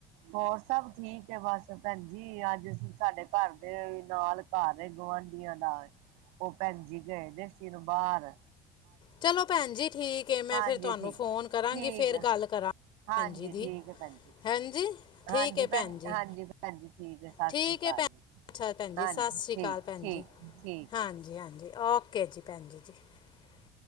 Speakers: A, on the right; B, on the left.
A: ਹੋਰ ਸਭ ਠੀਕ ਏ ਬਸ ਭੈਨਜੀ ਅੱਜ ਅਸੀ ਸਾਡੇ ਘਰਦੇ ਨਾਲ਼ ਘਰ ਏ ਗੁਵਾਂਡੀਆਂ ਦਾ, ਓ ਭੈਨਜੀ ਗਏ ਦੇ ਸੀਨ ਬਾਰ
B: ਚਲੋ ਭੈਨ ਜੀ ਠੀਕ ਐ, ਮੈਂ
A: ਹਾਂਜੀ
B: ਫੇਰ ਤੁਹਾਨੂੰ
A: ਠੀਕ
B: ਫੋਨ ਕਰਾਂਗੀ
A: ਠੀਕ
B: ਫੇਰ
A: ਹੈ
B: ਗੱਲ ਕਰਾਂ
A: ਹਾਂਜੀ
B: ਭੈਣ ਜੀ ਦੀ
A: ਠੀਕ ਐ ਭੈਨ ਜੀ
B: ਹਾਂਜੀ ਠੀਕ
A: ਹਾਂਜੀ
B: ਹੈ ਭੈਣ
A: ਭੈਂਜੀ,
B: ਜੀ
A: ਹਾਂਜੀ ਭੈਂਜੀ, ਠੀਕ ਐ ਸਾਸ
B: ਠੀਕ
A: ਸ੍ਰੀ
B: ਹੈ
A: ਕਾਲ
B: ਭੈਣ
A: ਜੀ
B: ਅੱਛਾ ਭੈਣ ਜੀ
A: ਹਾਂਜੀ
B: ਸਤਿ ਸ਼੍ਰੀ ਅਕਾਲ ਭੈਣ
A: ਠੀਕ-ਠੀਕ
B: ਜੀ
A: ਠੀਕ
B: ਹਾਂਜੀ
A: ਐ
B: ਹਾਂਜੀ <unintelligible>